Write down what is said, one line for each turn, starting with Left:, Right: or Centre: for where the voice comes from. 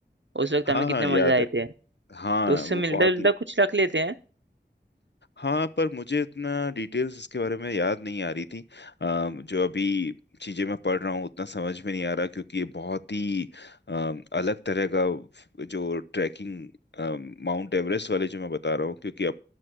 Right: उस वक्त
Left: हाँ
Right: हमें कितने
Left: हाँ याद
Right: मजा आए
Left: है
Right: थे
Left: हाँ
Right: तो उससे
Left: वो
Right: मिलता
Left: बहुत
Right: जुलता
Left: ही
Right: कुछ रख लेते हैं
Left: हाँ पर मुझे इतना डिटेल्स इसके बारे में याद नहीं आ रही थी अम, जो अभी चीजें मैं पढ़ रहा हूँ उतना समझ में नहीं आ रहा क्योंकि ये बहुत ही अम, अलग तरह का फ- जो ट्रैकिंग माउंट एवरेस्ट वाले जो मैं बता रहा हूँ क्योंकि अब